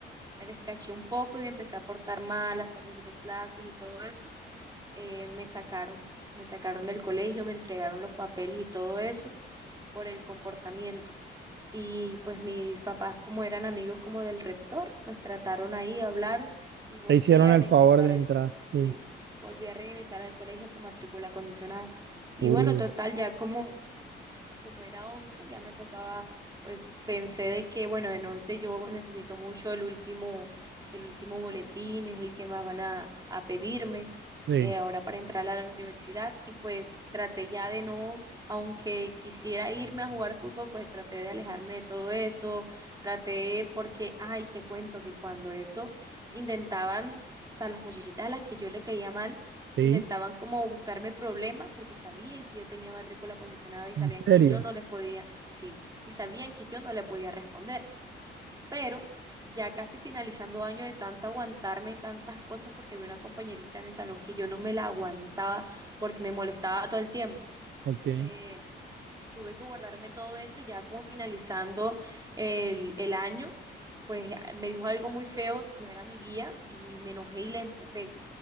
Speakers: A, on the right (about 20°); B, on the right (about 65°).
A: me descaché un poco y me empecé a portar mal, a salir de clases y todo eso, eh, me sacaron, me sacaron del colegio, me entregaron los papeles y todo eso por el comportamiento. Y pues mis papás, como eran amigos como del rector, pues trataron ahí, de hablar y volví
B: Te hicieron
A: a
B: el
A: regresar
B: favor de entrar,
A: al,
B: sí.
A: sí, volví a regresar al colegio con matrícula condicionada. Y
B: Uh,
A: bueno, total, ya como como era 11 ya me tocaba, pues pensé de que, bueno, en 11 yo necesito mucho el último, el último boletín, es el que más van a, a pedirme
B: Sí,
A: eh, ahora para entrar a la universidad y pues traté ya de no, aunque quisiera irme a jugar fútbol, pues traté de alejarme de todo eso, traté porque, ay, te cuento que cuando eso intentaban, o sea, las muchachitas a las que yo le caía mal,
B: sí.
A: intentaban como buscarme problemas porque sabían que yo tenía matrícula condicionada y sabían
B: ¿En serio?
A: que yo no les podía, sí, y sabían que yo no le podía responder. Pero ya casi finalizando año de tanto aguantarme tantas cosas porque había una compañerita en el salón que yo no me la aguantaba porque me molestaba todo el tiempo.
B: Ok.
A: Eh, tuve que guardarme todo eso y ya como finalizando el, el año, pues me dijo algo muy feo, y no era mi día y me enojé y la empujé.